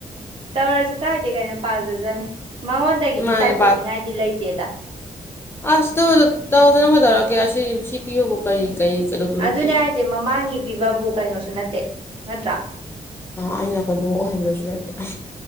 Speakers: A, on the right; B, on the left.
A: ꯇꯧꯔꯁꯨ ꯀꯥꯏꯗꯦ ꯀꯩꯅꯣ ꯄꯥꯖꯖꯅꯤ ꯃꯉꯣꯟ ꯗꯒꯤꯗꯤ
B: ꯃꯥꯅꯦ
A: ꯆꯥꯏꯊꯣꯛꯅꯤꯡꯉꯥꯏꯗꯤ ꯂꯩꯇꯦꯗ
B: ꯑꯁꯇꯧ ꯇꯧꯗꯅꯒꯗꯧꯔꯑꯒꯦ ꯑꯁꯤ ꯁꯤ ꯄꯤꯕꯕꯨ ꯀꯔꯤ ꯀꯔꯤ ꯀꯩꯗꯧꯗꯣꯔꯤꯒꯦ
A: ꯑꯗꯨꯅꯦ ꯍꯥꯏꯁꯦ ꯃꯃꯥꯡꯒꯤ ꯄꯤꯕꯕꯨ ꯀꯩꯅꯣꯁꯨ ꯅꯠꯇꯦ ꯅꯠꯇ꯭ꯔꯥ
B: ꯑꯩꯅ ꯀꯩꯅꯣ ꯑꯣꯏꯍꯟꯕꯁꯨ ꯅꯠꯇꯦ